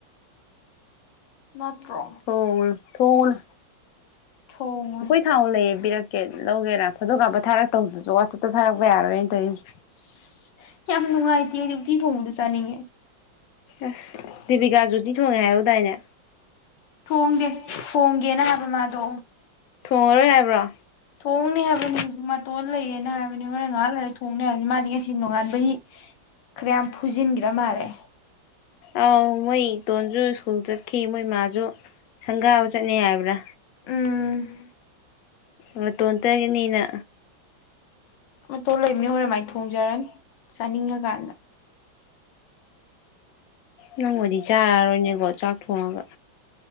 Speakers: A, on the left; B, on the left.
A: ꯅꯠꯇ꯭ꯔꯣ
B: ꯊꯣꯡꯉꯨꯅꯨ ꯊꯣꯡꯉꯨꯅꯨ
A: ꯊꯣꯡꯉꯣꯏ
B: ꯑꯩꯈꯣꯏ ꯊꯥ ꯂꯩꯌꯦꯕꯤꯔꯠ ꯇꯤꯀꯦꯠ ꯂꯧꯒꯦꯔꯥ ꯐꯣꯇꯣ ꯀꯥꯞꯄ ꯊꯥꯔꯛꯇꯧꯗꯨꯁꯨ ꯋꯥꯠꯆꯦꯞꯇ ꯊꯥꯔꯛꯄ ꯌꯥꯔꯣꯏꯅꯦ ꯇꯧꯔꯤꯁꯦ꯫
A: ꯑꯁ ꯌꯥꯝ ꯅꯨꯡꯉꯥꯏꯇꯦ ꯑꯩꯗꯤ ꯎꯇꯤ ꯊꯣꯡꯕꯗꯨ ꯆꯥꯅꯤꯡꯉꯦ꯫
B: ꯑꯁ ꯖꯤꯕꯤꯀꯥꯁꯨꯗꯤ ꯊꯣꯡꯉꯦ ꯍꯥꯏꯨꯗꯥꯏꯅꯦ
A: ꯊꯣꯡꯗꯦ ꯊꯣꯡꯒꯦꯅ ꯍꯥꯏꯕ ꯃꯥꯗꯣ꯫
B: ꯊꯣꯡꯉꯔꯣꯏ ꯍꯥꯏꯕ꯭ꯔꯣ
A: ꯊꯣꯡꯅꯤ ꯍꯥꯏꯕꯅꯤ ꯃꯇꯣꯟ ꯂꯩꯌꯦꯅ ꯍꯥꯏꯕꯅꯤ ꯍꯣꯔꯦꯟ ꯉꯍꯥꯛ ꯂꯩꯔ ꯊꯣꯡ ꯊꯣꯡꯅꯤ ꯍꯥꯏꯕꯅꯤ ꯃꯥꯗꯤ ꯉꯁꯤ ꯅꯣꯡꯉꯥꯟꯕꯒꯤ ꯈꯔ ꯌꯥꯝ ꯐꯨꯖꯤꯟꯒ꯭ꯔꯥ ꯃꯥꯜꯂꯦ꯫
B: ꯑꯧ ꯃꯣꯏ ꯏꯇꯣꯟꯁꯨ ꯁ꯭ꯀꯨꯜ ꯆꯠ ꯈꯤ ꯃꯣꯏ ꯃꯥꯁꯨ꯫ ꯁꯪꯒꯥꯕ ꯆꯠꯅꯤ ꯍꯥꯏꯕ꯭ꯔꯥ꯫
A: ꯎꯝ꯫
B: ꯃꯇꯣꯟꯇꯒꯤꯅꯤꯅ꯫
A: ꯃꯇꯣꯟ ꯂꯩꯕꯅꯤ ꯍꯣꯔ ꯃꯥꯏꯅ ꯊꯣꯡꯖꯔꯅꯤ ꯆꯥꯅꯤꯡꯉꯀꯥꯟꯗ꯫
B: ꯅꯪ ꯑꯣꯏꯗꯤ ꯆꯥꯔꯔꯣꯏꯅꯦꯀꯣ ꯆꯥꯛ ꯊꯣꯡꯉꯒ꯫